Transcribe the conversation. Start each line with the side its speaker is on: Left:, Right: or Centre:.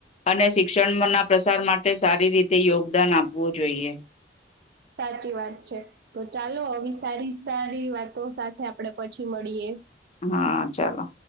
Left: અને શિક્ષણના પ્રસાર માટે સારી રીતે યોગદાન આપવું જોઈએ
Right: સાચી વાત છે તો ચાલો આવી સારી સારી વાત તો સાથે આપડે પછી મળીએ
Left: હા ચાલો